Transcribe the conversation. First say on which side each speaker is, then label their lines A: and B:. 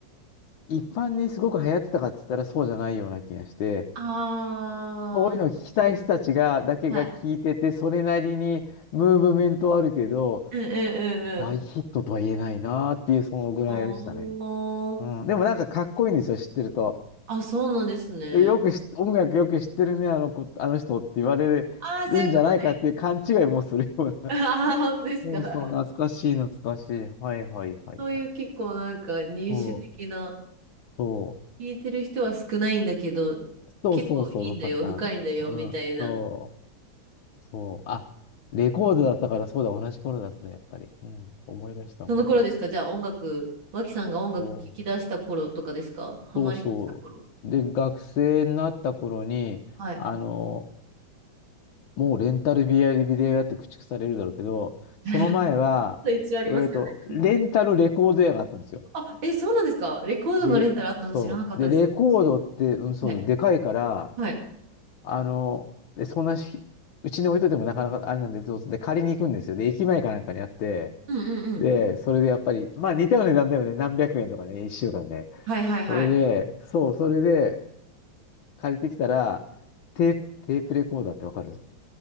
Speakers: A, on the left; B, on the right.
A: 一般にすごく流行ってたかっつったらそうじゃないような気がして、
B: あ
A: そういうのを聞きたい人たちが、だけが聞いてて、
B: あ、はい。
A: それなりにムーブメントはあるけど、
B: うんうんうんうん。
A: 大ヒットとは言えないなっていう、そのぐらいでしたね。
B: おー。
A: うん、でもなんかかっこいいんですよ、知ってると。
B: あ、そうなんですね。
A: えよくし、音楽よく知ってるね、あの子、あの人って言われるんじゃないかっていう勘違いもするような。
B: ああ、そういうことね。<laughs> ああ、本当ですか。
A: そうそう、懐かしい、懐かしい。はいはいはいはい。
B: そういう結構なんか入手的な、
A: そう、そ
B: 聞いてる人は少ないんだけど、
A: う、そうそうそうのパターン。
B: 結構いいんだよ、深いんだよ、みたいな。
A: うん、そう、そう。あ、レコードだったからそうだ、同じ頃だ、それ、やっぱり。うん、思い出した、思い出した。
B: その頃ですかじゃあ音楽、脇さんが音楽聴き出した頃とかですかハマり出した頃。
A: そう、そうそう。で、学生になった頃に、
B: はい。
A: あの、もうレンタルビデオ屋って駆逐されるだろうけど、
B: <laughs>
A: その前は、
B: 一応ありますよね。
A: えっと、レンタルレコード屋があったんですよ。
B: あ、え、そうなんですかレコードのレンタルあったの知らなかったです。
A: で、レ、そう。で、レコードって、
B: 私
A: うん、そう、
B: はい。
A: でかいから、
B: はい。
A: あの、で、そんなし、うちに置いといてもなかなかあれなんで、どうすで、借りに行くんですよ。で、駅前かなんかにあって、
B: うんうんうん。
A: で、それでやっぱり、まあ似たような値段だよね。何百円とかね、一週間で。
B: はいはいはい。
A: それで、そう、それで借りてきたら、テープ、テープレコーダーってわかる